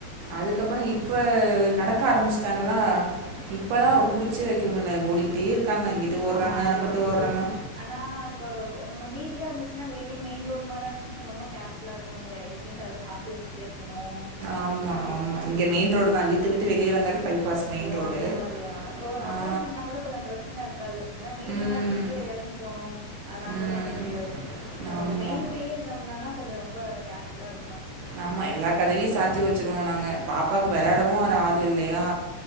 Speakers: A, on the right; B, on the right.
A: அதுக்கப்புறோ இப்ப நடக்க ஆரம்பமிச்சட்டாங்களா இப்பதா அத புடிச்சே வக்க முடியல ஓடிகிட்டே இருக்காங்க இங்கிட்டு ஓடுறாங்க
B: ஆமா. அது
A: அங்கிட்டு
B: ஒரு
A: ஓடுறாங்க
B: இது. ஆனா இப்ப நம்ம வீட்ல இருந்துச்சுன்னா வெளிய மெயின் ரோட் மழ வந்துருச்சுனா ரொம்ப கேர் ஃபுல்லா இருக்கணுங்க எப்பயு கதவ சாத்தி வச்சிட்டே இருக்கணு
A: ஆமா ஆமா இங்க மெயின் ரோடு தா வீட்டு விட்டு வெளியே வந்தாலே பைபாஸ் மெயின்
B: ஓ
A: ரோடு
B: அந்த மாதிரியா இப்ப ஒரு அபார்ட்மெண்ட்னா
A: ஆ
B: கூட கொஞ்சோ பிரச்சன இருக்காது ஏன்னா வீடுங்கல்லா
A: ம்
B: இருக்கும் கீழ எறங்கி போகணு ம்ச் அதனால
A: ம்
B: கூட ஒண்ணு தெரியாது நம்ம
A: ஆமாம்
B: மெயின்லயே இருந்தோம்ன தா கொஞ்சோ ரொம்ப கேர் ஃபுல்லா இருக்கணு
A: ஆமா எல்லா கதவையு சாத்தி வச்சருவோம் நாங்க பாப்பாக்கு வெளையாடவு ஒரு ஆள் இல்லயா